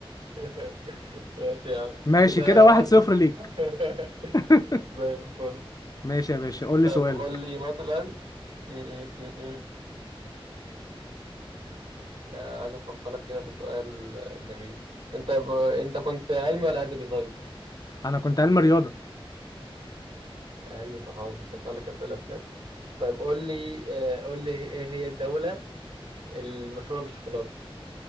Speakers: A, on the right (about 70°); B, on the left (about 40°).
A: <laughs> ماشي يا
B: <laughs>
A: عم
B: ماشي
A: كده
B: كده واحد
A: واحد
B: صفر
A: صفر
B: ليك
A: <laughs>
B: <laughs>
A: زي الفل
B: ماشي يا باشا قول لي
A: طيب
B: سؤالك
A: قول لي مثلا م- م- م- م. يعني عايز افكر لك كده بسؤال جميل انت ب... انت كنت علمي ولا ادبي طيب
B: انا كنت علم رياضه
A: علمي فخلاص مش هسألك أسئلة في الأدب طيب قول لي آه، قول لي إيه هي الدولة المشهورة بالشوكولاتة